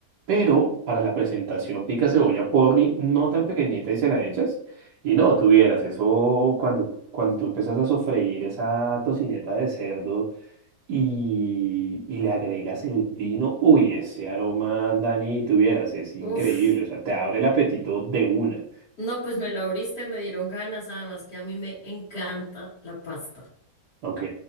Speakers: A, on the right (about 80°); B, on the left (about 75°).
A: pero para la presentación pica cebolla porri, no tan pequeñita y se la echas. Y no, tuvieras eso cuando, cuando tú empiezas a sofreír esa tocineta de cerdo y, y le agregas el vino, uy, ese aroma, Dani, tuvieras, es increíble,
B: uf.
A: o sea, te abre el apetito de una.
B: No, pues me lo abriste, me dieron ganas, además que a mí me encanta la pasta.
A: Ok,